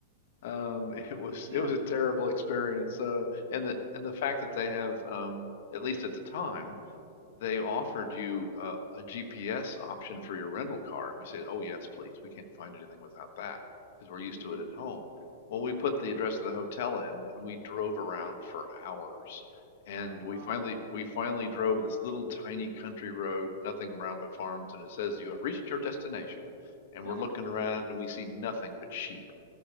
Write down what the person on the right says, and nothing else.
Yeah.
hmm
Oh
wow.
<laughs>